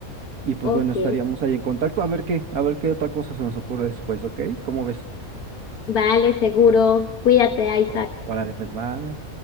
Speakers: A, on the right; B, on the left.
A: y pues
B: Ok,
A: bueno, estaríamos ahí en contacto a ver qué, a ver qué otra cosa se nos ocurre después, ¿ok? ¿Cómo ves?
B: vale, seguro, cuídate, Isaac.
A: O- Órale, pues bye.